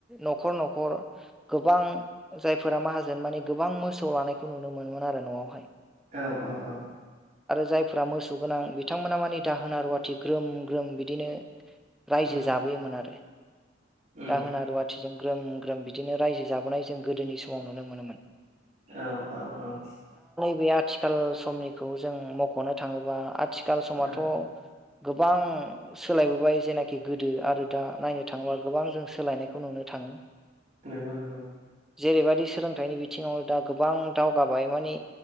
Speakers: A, in the centre; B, on the right (about 40°).
A: नखर नखर गोबां। जायफोरा माहाजोन माने गोबां मोसौ लानायखौ नुनो मोनोमोन आरो नआवहाय।
B: औ औ औ।
A: जायफ्रा मोसौ गोनां बिथांमोना माने दाहोना रुवाथि ग्रोम ग्रोम बिदिनो। रायजो
B: उम
A: जाबोयोमोन आरो
B: उम
A: दाहोना रुवाथिजों ग्रोम ग्रोम बिदिनो। रायजो जाबोनाय जों गोदोनि समाव नुनो मोनोमोन।
B: औ औ औ
A: बे आथिखाल समनिखौ जों मखनो थाङोबा आथिखाल समाथ
B: औ
A: गोबां सोलायबोबाय जेनाखि गोदो आरो दा नायनो थाङोबा गोबां जों सोलायनायखौ नुनो था ङो
B: नोंगौ नोंगौ
A: जेरैबायदि सोलोंथाइनि बिथिङावनो दा गोबां दावगाबाय मानि